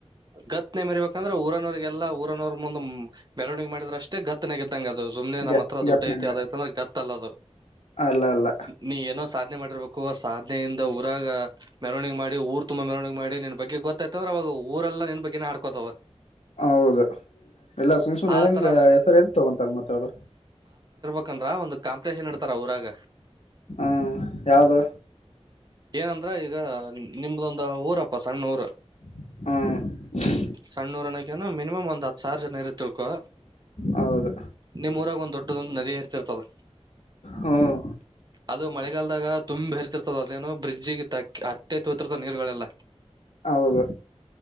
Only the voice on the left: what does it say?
ಗತ್
ಗತ್ ನಂಗ
ಅಲ್ಲ ಅಲ್ಲ
ಹೌದು ಎಲ್ಲಾ ಸುಮ್ ಸುನ್ ಇದದಂಗ
ಹೆಸರು ಇದತಗೊಂತಾರ ಮತ್ತ ಅವ್ರು
ಹ್ಮ್ ಯಾವುದು
ಹೂ
ಹೌದು
ಹ್ಮ್
ಹೌದು